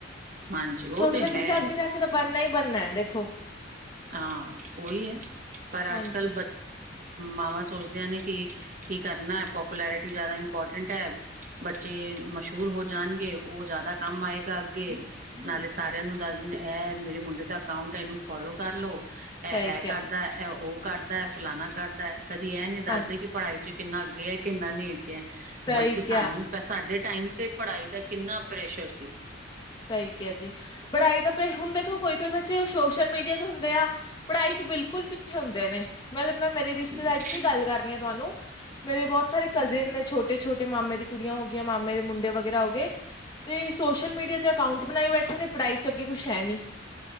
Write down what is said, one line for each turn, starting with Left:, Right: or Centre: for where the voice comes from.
Right: ਹਾਂਜੀ
Left: ਸੋਸ਼ਲ
Right: ਉਹ ਤੇ ਹੈ
Left: ਮੀਡੀਆ ਅੱਗੇ ਜਾ ਕੇ ਤਾਂ ਬਣਨਾ ਹੀ ਬਣਨਾ ਹੈ ਦੇਖੋ।
Right: ਹਾਂ ਉਹੀ ਹੈ ਪਰ
Left: ਹਾਂਜੀ
Right: ਅੱਜ ਕੱਲ ਮਾਵਾਂ ਸੋਚਦੀਆਂ ਨੇ ਕਿ ਕੀ ਕਰਨਾ ਪੋਪੂਲੈਰਿਟੀ ਜ਼ਿਆਦਾ ਇੰਪੋਰਟੈਂਟ ਹੈ। ਬੱਚੇ ਮਸ਼ਹੂਰ ਹੋ ਜਾਣਗੇ ਉਹ ਜਾਦਾ ਕੰਮ ਆਏਗਾ ਅੱਗੇ। ਨਾਲੇ ਸਾਰਿਆਂ ਨੂੰ ਦੱਸਦੀ ਇਹ ਮੇਰੇ ਮੁੰਡੇ ਦਾ ਅਕਾਊਂਟ ਇਹਨੂੰ ਫੋਲੋ ਕਰਲੋ ਏ
Left: ਸਹੀ
Right: ਆ
Left: ਕਿਹਾ
Right: ਕਰਦਾ ਇਹ ਉਹ ਕਰਦਾ ਫਲਾਨਾ ਕਰਦਾ। ਕਦੀ ਇਹਂ ਨੀ
Left: ਹਾਂਜੀ।
Right: ਦੱਸਦੇ ਕਿ ਪੜ੍ਹਾਈ ਚ ਕਿੰਨਾ ਅੱਗੇ ਹੈ ਕਿੰਨਾ ਨੀ ਅੱਗੇ ਹੈ।
Left: ਸਹੀ
Right: ਬਲਕਿ
Left: ਕਿਹਾ
Right: ਸਾਨੂੰ ਸਾਡੇ ਟਾਈਮ ਤੇ ਪੜ੍ਹਾਈ ਦਾ ਕਿੰਨਾ ਪ੍ਰੈਸ਼ਰ ਸੀ।
Left: ਸਹੀ ਕਿਹਾ ਜੀ ਪੜ੍ਹਾਈ ਦਾ ਹੁਣ ਦੇਖੋ ਕੋਈ-ਕੋਈ ਬੱਚੇ ਸੋਸ਼ਲ ਮੀਡੀਆ ਚ ਹੁੰਦੇ ਆ ਪੜ੍ਹਾਈ ਚ ਬਿਲਕੁਲ ਪਿੱਛੇ ਹੁੰਦੇ ਨੇ। ਮਤਲਬ ਮੈਂ ਮੇਰੇ ਰਿਸ਼ਤੇਦਾਰੀ
Right: ਹੂੰ-ਹੂੰ।
Left: ਚ ਹੀ ਗੱਲ ਕਰ ਰਹੀ ਹਾਂ ਤੁਹਾਨੂੰ ਮੇਰੇ ਬਹੁਤ ਸਾਰੇ ਕ ਤੇ ਇੰਨੇ ਛੋਟੇ-ਛੋਟੇ ਮਾਮੇ ਦੀ ਕੁੜੀਆਂ ਹੋ ਗਈਆਂ ਮਾਮੇ ਦੇ ਮੁੰਡੇ ਵਗੈਰਾ ਹੋ ਗਏ ਤੇ ਸੋਸ਼ਲ ਮੀਡੀਆ ਤੇ ਅਕਾਊਂਟ ਬਣਾਈ ਬੈਠੇ ਨੇ ਪੜ੍ਹਾਈ ਚ ਅੱਗੇ ਕੁਛ ਹੈ ਨੀ।